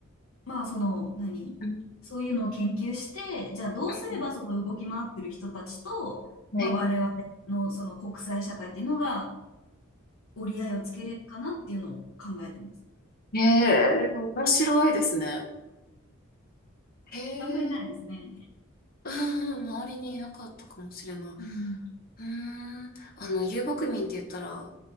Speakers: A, on the left; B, on the left.
A: まあ、その、何そういうのを研究して、
B: うん、う
A: じゃあどうすればその動き回ってる人たちと、
B: んはい。
A: まあ、我々のその国際社会っていうのが折り合いをつけれるかなっていうのを考えてます。
B: ええ、面白いですね。へ
A: あんまりないですね。
B: え、うんうん、周りにいなかったかもしれない。
A: うん。
B: うーん、あの、遊牧民って言ったら、